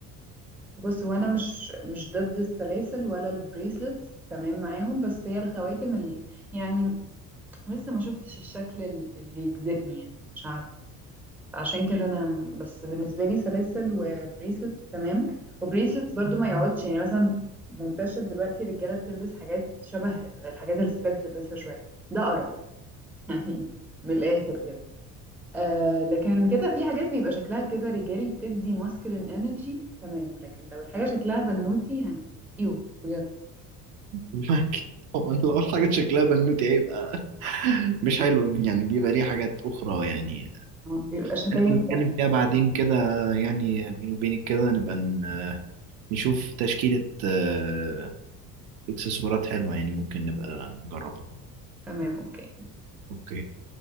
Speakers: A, in the centre; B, on the right (about 60°).
A: بص هو أنا مش مش ضد السلاسل ولا البريسلتس تمام معاهم بس هي الخواتم ال... يعني لسه ما شفتش الشكل ال- اللي يجذبني يعني مش عارفة عشان كده انا بس بالنسبه لي سلاسل وبريسلتس تمام وبريسلتس برضو ما يقعدش يعني مثلا منتشر دلوقتي الرجاله بتلبس حاجات شبه الحاجات اللي الستات بتلبسها شويه ده قرف <laughs> يعني من الاخر كده آه لكن كده في حاجات بيبقى شكلها كده رجالي بتدي ماسكلين انرجي تمام لكن لو الحاجه شكلها بنوتي يعني ايوه بجد
B: <laughs> أكيد طبعا لو حاجة شكلها بنوتي هيبقى <laughs> مش حلو يعني بيبقى ليه حاجات أخرى يعني
A: آه، بيبقى شتايم
B: هنبقى
A: تمام
B: نتكلم فيها بعدين كده يعني بيني وبينك كده نبقى ن- نشوف تشكيلة آه، إكسسوارات حلوة يعني ممكن نبقى نجربها
A: تمام اوكي
B: أوكي